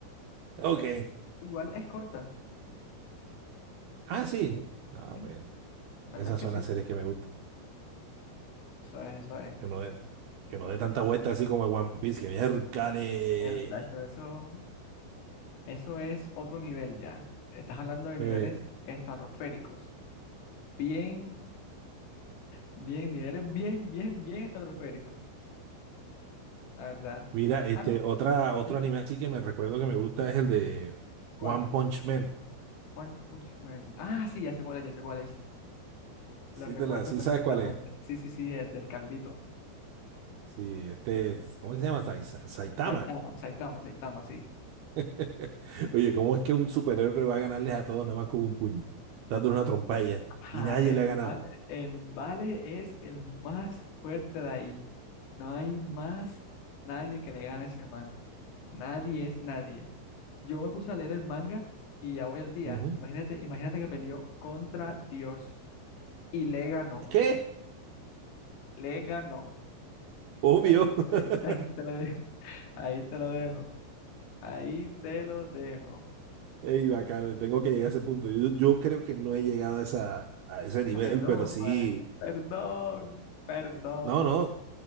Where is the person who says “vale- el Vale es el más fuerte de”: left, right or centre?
Left